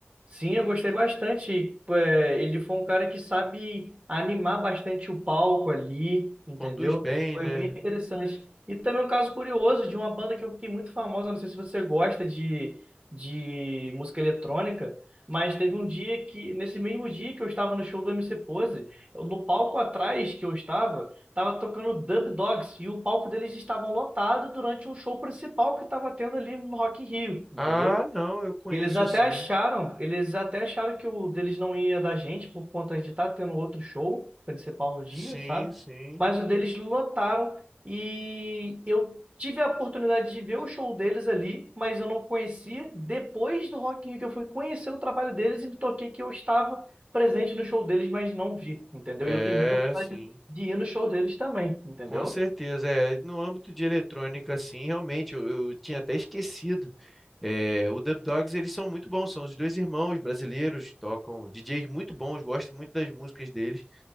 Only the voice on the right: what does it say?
Sim, eu gostei bastante. É, ele foi um cara que sabe animar bastante o palco ali, entendeu?
Foi
bem interessante. E também um caso curioso de uma banda que eu fiquei muito famosa, não sei se você gosta de, de música eletrônica, mas teve um dia que, nesse mesmo dia que eu estava no show do MC Pose, eu- no palco atrás que eu estava, estava tocando Dub Dogs e o palco deles estava lotado durante um show principal que estava tendo ali no Rock in Rio, entendeu?
E eles até
acharam, eles até acharam que o deles não ia da gente por conta de estar tendo outro show principal no dia,
sabe?
Mas o deles lotaram e eu tive a oportunidade de ver o show deles ali, mas eu não conhecia. Depois do Rock in Rio que eu fui conhecer o trabalho deles e me toquei que eu estava presente no show deles, mas não vi, entendeu?
E eu tenho muita vontade
de ir no show deles também, entendeu?